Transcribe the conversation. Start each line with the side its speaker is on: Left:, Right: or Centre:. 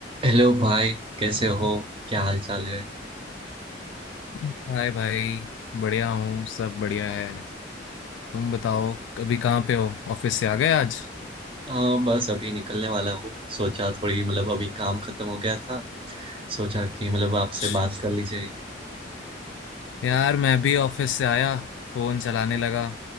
Right: हेलो भाई कैसे हो क्या हाल चाल है
Left: हाय भाई बढ़िया हूँ सब बढ़िया है तुम बताओ कभी कहाँ पे हो ऑफिस से आ गए आज
Right: आ, बस अभी निकलने वाला हूँ सोचा थोड़ी मतलब अभी काम खत्म हो गया था सोचा कि मतलब आपसे
Left: जी।
Right: बात कर ली जाए
Left: यार मैं भी ऑफिस से आया फोन चलाने लगा